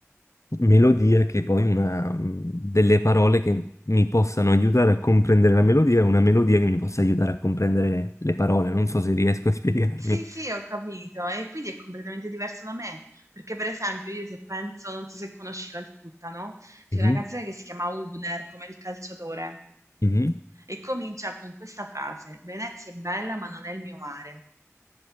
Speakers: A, on the left; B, on the right.
A: melodia che poi una, mm, delle parole che mi possano aiutare a comprendere la melodia e una melodia che mi possa aiutare a comprendere le parole. Non so se riesco a spiegarmi.
B: Sì, sì, ho capito. E quindi è completamente diverso da me. Perché, per esempio, io se penso, non so se conosci Calcutta, no? C'è
A: Mhm,
B: una canzone che si chiama Hubner, come il calciatore,
A: mhm.
B: e comincia con questa frase: Venezia è bella, ma non è il mio mare.